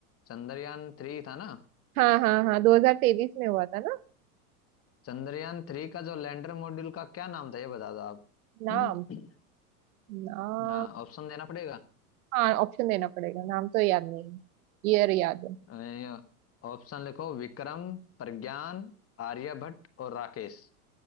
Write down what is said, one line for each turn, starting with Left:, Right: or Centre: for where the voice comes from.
Left: चंद्रयान थ्री था ना
Right: हाँ हाँ हाँ 2023 में हुआ था ना
Left: चंद्रयान थ्री का जो लैंडर मॉड्यूल का क्या नाम था ये बता दो आप
Right: नाम
Left: <coughs>
Right: नाम
Left: हाँ ऑप्शन देना पड़ेगा
Right: हाँ ऑप्शन देना पड़ेगा नाम तो याद नहीं ईयर याद है
Left: अ, ऑप्शन लिखो विक्रम प्रज्ञान आर्यभट्ट और राकेश